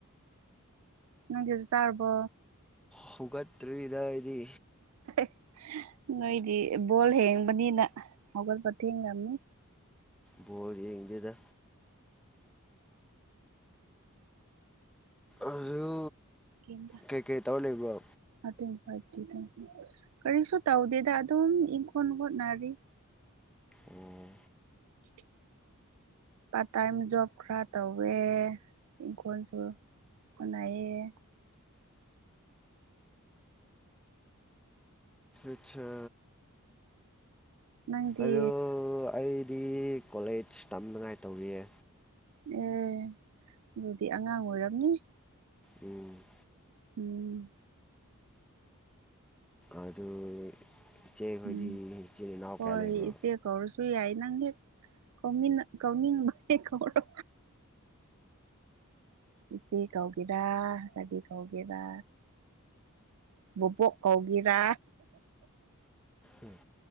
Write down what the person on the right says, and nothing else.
ꯅꯪꯗꯤꯁꯨ ꯆꯥꯔꯔꯕꯣ
<inaudible> ꯅꯣꯏꯗꯤ ꯕꯣꯜ ꯍꯦꯡꯕꯅꯤꯅ ꯍꯧꯒꯠꯄꯊꯦꯡꯅꯕꯅꯤ
ꯎꯋ
ꯐ ꯇ ꯀꯔꯤꯁꯨ ꯇꯧꯗꯦꯗ ꯑꯗꯨꯝ ꯏꯪꯈꯣ ꯍꯣꯠꯅꯔꯤ
<inaudible> ꯄꯥꯔꯠ ꯇꯥꯏꯝ ꯖꯣꯕ ꯈꯔ ꯇꯧꯋꯦ ꯏꯪꯈꯣꯜꯁꯨ ꯉꯏꯌꯦ
ꯅꯪꯗꯤ
ꯑꯦ ꯑꯗꯨꯗꯤ ꯑꯉꯥꯡ ꯑꯣꯏꯔꯝꯅꯤ
ꯎꯝ
ꯎꯝ
ꯍꯣꯏ
ꯏꯆꯦ ꯀꯧꯔꯁꯨ ꯌꯥꯏ ꯅꯪꯒꯤ ꯀꯧ ꯀꯧꯅꯤꯡꯕꯅꯦ ꯀꯧꯔꯣ ꯏꯆꯦ ꯀꯧꯒꯦꯔꯥ ꯀꯒꯥꯗꯤ ꯀꯧꯒꯦꯔꯥ ꯕꯣꯕꯣꯛ ꯀꯧꯒꯤꯔꯥ